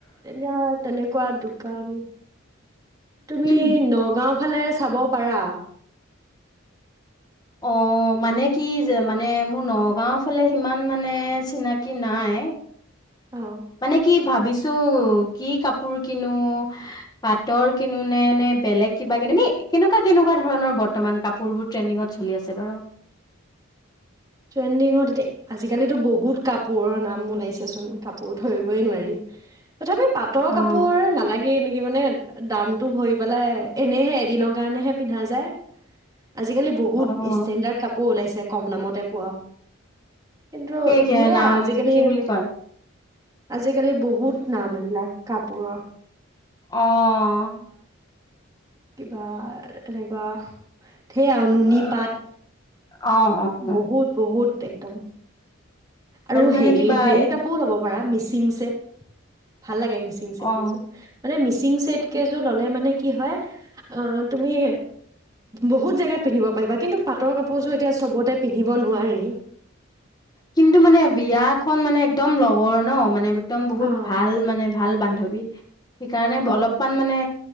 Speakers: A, on the right (about 20°); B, on the left (about 20°).
A: এতিয়া তেনেকুৱা দোকান তুমি
B: উম
A: নগাও ফালে চাব পাৰা
B: অ মানে কি যে মানে মোৰ নগাঁও ফালে সিমান মানে চিনাকি নাই।
A: অ
B: মানে কি ভাবিছ কি কাপোৰ কিনো পাটৰ কিনোনে নে বেলেগ কিবা কিনো নে কেনেকুৱা কেনেকুৱা ধৰণৰ বৰ্তমান কাপোৰ বোৰ ট্ৰেণ্ডিঙত চলি আছে বাৰু?
A: ট্ৰেণ্ডিঙত এতিয়া আজিকালিতো বহুত কাপোৰৰ নাম ওলাইছেচোন কাপোৰ ধৰিবই নোৱাৰি। তথাপি পাটৰ
B: অ'।
A: কাপোৰ নালাগে নেকি মানে দামটো ভৰি পেলাই এনেইহে এদিনৰ কাৰণেহে পিন্ধা যায়। আজিকালি বহুত
B: অ',
A: ষ্টেণ্ডাৰ্ড কাপোৰ ওলাইছে। কম দামতে পোৱা কিন্তু
B: সেই কি
A: ধেয়া
B: নাম
A: আজিকালি
B: কি বুলি কয়
A: আজিকালি বহুত নাম এইবিলাক কাপ পোৰা,
B: অঁহ।
A: কিবা এনেকুৱা সেয়া আৰু নুনী
B: অ',
A: পাত।
B: অ',
A: বহুত-বহুত একদম। আৰু হেৰি-হেৰি
B: মানে কিবা এ
A: কাপোৰ ল'ব পাৰা মিছিং। <unintelligible> চেত ভাল লাগে মিচিং
B: অ',
A: ছেট কেইযোৰ, মানে মিচিং ছেট কেইযোৰ ল'লে, মানে কি হয়। অ' তুমি বহুত জেগাত পিন্ধিব পাৰিবা। কিন্তু, পাটৰ কাপোৰযোৰ তেতিয়া চবতে পিন্ধিব নোৱাৰি।
B: কিন্তু মানে বিয়াখন মানে একদম লগৰ ন, মানে একদম বহুত
A: অ',
B: ভাল মানে ভাল বান্ধৱী। সেইকাৰণে
A: অ'।
B: অলপমান মানে